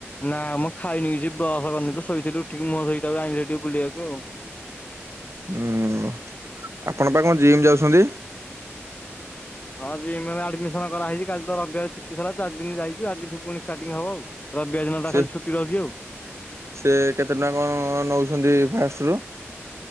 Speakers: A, on the left; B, on the right.
A: ନା ମୁଁ ଖାଇନି କିଛି ବ୍ରସ କରିନି ତ ଶୋଇଥିଲି ଉଠିକ ମୋହ ଧୋଇକି ତାପରେ ଆଇଲି ଟିକେ ବୁଲିବାକୁ ଆଉ।
B: ଓ ହୋ ଆପଣ ପା କଣ ଜିମ୍ ଯାଉଛନ୍ତି?
A: ହଁ ଯିମ ରେ ଏବେ ଆଡମିସନ କରାହେଇଛି କାଲି ତ ରବି ବର୍ ଛୁଟି ଥିଲା ଚାରି ଦିନ ଯାଇଛୁ ଆଜିଠୁ ପୁଣି ଷ୍ଟାର୍ଟିଂ ହବ ଆଉ। ରବିବାର ଦିନଟା
B: ସେ
A: ଖାଲି ଛୁଟି ରହୁଛି ଆଉ।
B: ସେ କେତେ ଟଙ୍କା କଣ ନଉଛନ୍ତି ଫାଷ୍ଟ ରୁ?